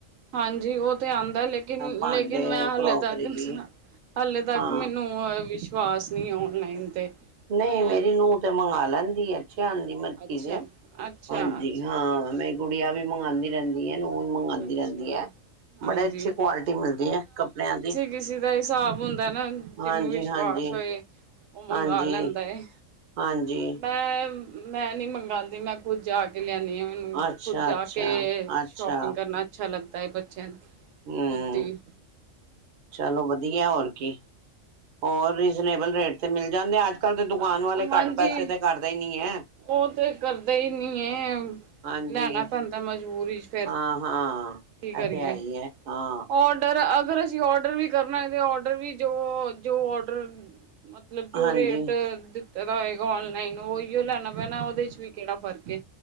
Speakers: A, on the right; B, on the right.
A: ਹਾਂਜੀ, ਉਹ ਤੇ ਆਂਦਾ ਲੇਕਿਨ
B: ਭਾਂਡੇ
A: ਲੇਕਿਨ ਮੈਂ ਹਾਲੇ
B: ਕਰੋਕਰੀ
A: ਤੱਕ ਹੱਲੇ ਤੱਕ
B: ਹਾਂ
A: ਮੈਨੂੰ ਵਿਸ਼ਵਾਸ ਨਹੀਂ ਔਨਲਾਈਨ ਤੇ।
B: ਨਹੀਂ,
A: ਮੈਂ
B: ਮੇਰੀ ਨੂੰਹ ਤੇ ਮੰਗਾਂ ਲੈਂਦੀ ਐ, ਅੱਛੇ ਆਂਦੀ ਮੈ ਵੇਖੀ
A: ਅੱਛਾ,
B: ਦੇ ਆ,
A: ਅੱਛਾ,
B: ਹਾਂਜੀ
A: ਅੱਛੇ
B: ਹਾਂ,
A: ਹੁੰਦੇ ਨੇ
B: ਮੇਰੀ ਗੁੜੀਆਂ ਵੀ ਮੰਗਾਂ ਦੀ ਰਹਿੰ ਰਹਿੰਦੀ, ਨੂੰਹ ਵੀ ਮੰਗਾਂ
A: ਅੱਛਾ
B: ਦੀ ਰਹਿੰਦੀ
A: ਜੀ,
B: ਐ,
A: ਹਾਂਜੀ।
B: ਬੜੇ ਅੱਛੀ ਕੁਆਲਿਟੀ ਮਿਲਦੀ ਐ ਕੱਪੜਿਆਂ ਦੀ।
A: ਕਿਸੀ ਦਾ ਹਿਸਾਬ ਹੁੰਦਾ ਨਾ,
B: ਹਾਂਜੀ,
A: ਜਿਹਨੂੰ ਵਿਸ਼ਵਾਸ
B: ਹਾਂਜੀ,
A: ਹੋਏ। ਉਹ ਮੰਗਵਾ
B: ਹਾਂਜੀ,
A: ਲੈਂਦਾ ਏ।
B: ਹਾਂਜੀ।
A: ਮੈਂ ਮੈਂ ਨੀ ਮੰਗਾਂ ਦੀ ਮੈਂ ਖ਼ੁਦ ਜਾ ਕੇ ਲਿਆਣੀ ਆ, ਮੈਨੂੰ
B: ਅੱਛਾ,
A: ਖ਼ੁਦ ਜਾ
B: ਅੱਛਾ,
A: ਕੇ
B: ਅੱਛਾ
A: ਸ਼ੋਪਿੰਗ ਕਰਨਾ ਅੱਛਾ ਲੱਗਦਾ ਏ, ਬੱ ਬੱਚਿਆਂ ਲਈ,
B: ਹੂੰ
A: ਖ਼ੁਦ ਦੀ।
B: ਚਲੋ ਵਧੀਆ ਹੋਰ ਕੀ, ਹੋਰ ਰੀਜਨੇਬਲ ਰੇਟ ਤੇ ਮਿਲ ਜਾਂਦੇ ਅੱ ਅੱਜ-ਕੱਲ ਤੇ ਦੁਕਾਨ
A: ਹਾਂ
B: ਵਾਲੇ
A: ਹਾਂਜੀ।
B: ਘੱਟ ਪੈਸੇ ਤੇ ਕਰਦੇ ਹੀ ਨੀ ਐ।
A: ਉਹ ਤੇ ਕਰਦੇ ਹੀ ਨੀ ਏ,
B: ਹਾਂਜੀ,
A: ਲੈਣਾ ਪੈਂਦਾ ਮਜਬੂਰੀ ਚ। ਫਿਰ
B: ਹਾਂ, ਹਾਂ
A: ਕੀ ਕਰੀਏ
B: ਇਹ ਤੇ ਹੈ ਹੀ ਹੈ ਹਾਂ।
A: ਔਡਰ ਅਗਰ ਅਸੀਂ ਔਡਰ ਵੀ ਕਰਨਾ ਹੋਏ ਤੇ ਔਡਰ ਵੀ ਜੋ ਜੋ ਔਡਰ ਮਤਲਬ ਜੋ
B: ਹਾਂਜੀ,
A: ਰੇਟ ਦਿੱਤੇ ਦਾ ਹੋਏਗਾ ਔਨਲਾਈਨ ਓਈਓ ਲੈਣਾ ਵਾਲਾ ਓਦੇ 'ਚ ਵੀ ਕੇੜਾ ਫ਼ਰਕ ਏ,